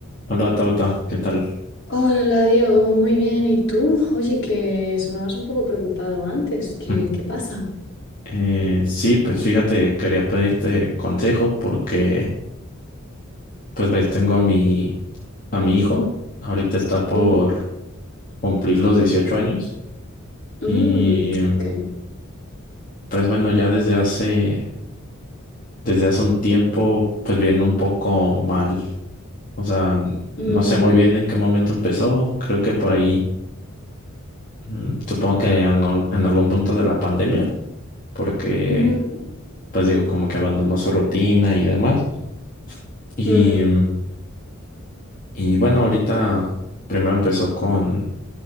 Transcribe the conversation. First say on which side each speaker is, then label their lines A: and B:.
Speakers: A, on the left; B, on the left.
A: Hola Tabata, ¿qué tal?
B: Hola Diego, muy bien. ¿Y tú? Oye, que sonabas un poco preocupado antes. ¿Qué,
A: Mm.
B: qué pasa?
A: Eh, sí, pues fíjate, quería pedirte consejo porque, pues ves, tengo a mi, a mi hijo, ahorita está por
B: Ujú.
A: cumplir los dieciocho años
B: Mm,
A: y
B: ok.
A: pues bueno, ya desde hace, desde hace un tiempo, pues viene un poco mal. O sea, n- no
B: Mm,
A: sé muy bien en qué momento empezó, creo que por ahí, mm, supongo que en, al- en algún punto de la pandemia, porque,
B: mm,
A: pues digo, como que abandonó su rutina y demás. Y,
B: mm,
A: y bueno, ahorita primero empezó con,